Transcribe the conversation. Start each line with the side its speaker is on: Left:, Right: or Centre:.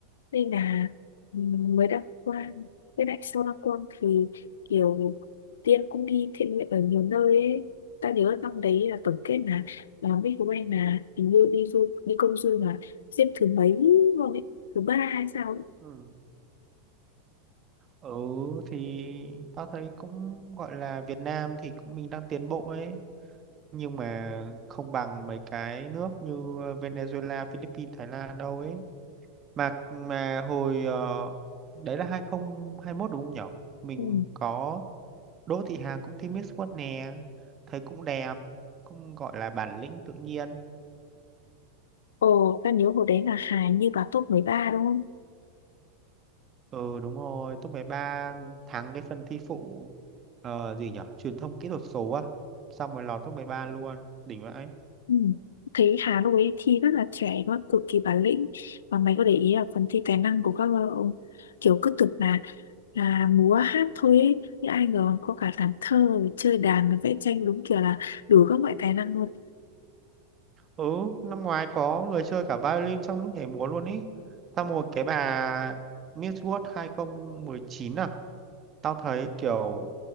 Left: nên là mới đăng quang với lại sau đăng quang thì kiểu Tiên cũng đi thiện nguyện ở nhiều nơi ấy ta nhớ năm đấy là tổng kết là là mấy của anh là hình như đi du đi công du là xếp thứ mấy luôn ấy thứ ba hay sao ấy.
Right: ừ. ừ thì tao thấy cũng gọi là Việt Nam thì cũng mình đang tiến bộ ấy nhưng mà không bằng mấy cái nước như Venezuela, Philippines, Thái Lan đâu ấy mà mà hồi ờ, đấy là 2021 đúng không nhỉ? mình
Left: ừ.
Right: có Đỗ Thị Hà cũng thi Miss World nè thấy cũng đẹp cũng gọi là bản lĩnh tự nhiên
Left: Ồ, ta nhớ hồi đấy là Hà như vào top 13 đúng không?
Right: ừ đúng rồi top mười ba thắng cái phần thi phụ ờ, gì nhỉ? truyền thông kỹ thuật số á xong rồi lọt top 13 luôn đỉnh vậy
Left: Ừ. Thấy Hà lúc ấy thi rất là trẻ luôn, cực kỳ bản lĩnh và mày có để ý là phần thi tài năng của các bạn không? kiểu cứ tưởng là là múa hát thôi ấy. nhưng ai ngờ có cả làm thơ rồi chơi đàn rồi vẽ tranh đúng kiểu là đủ các loại tài năng luôn
Right: ừ năm ngoái có người chơi cả violin trong lúc nhảy múa luôn ý xong rồi cái bà Miss World 2019 à Tao thấy kiểu